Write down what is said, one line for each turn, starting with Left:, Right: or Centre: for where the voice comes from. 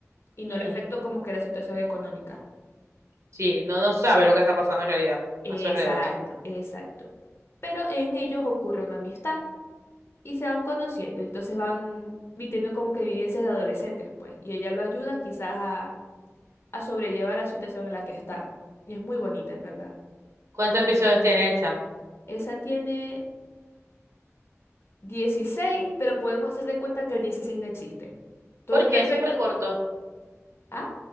Left: y no
Right: ujú.
Left: le afectó como que la situación económica.
Right: Sí, no, no sabe lo que está pasando en realidad
Left: Exacto,
Right: a su alrededor.
Left: exacto. Pero en ellos ocurre una amistad. y se van conociendo, entonces van vi- como que vivencias de adolescentes, pues, y ella lo ayuda quizás a, a sobrellevar la situación en la que está. Y es muy bonita, en verdad.
Right: ¿Cuántos episodios tiene esta?
Left: Esa tiene dieciséis pero podemos hacer de cuenta que el 16 no existe. Todo
Right: ¿Por
Left: es
Right: qué
Left: perfecto.
Right: es súper corto?
Left: Ah,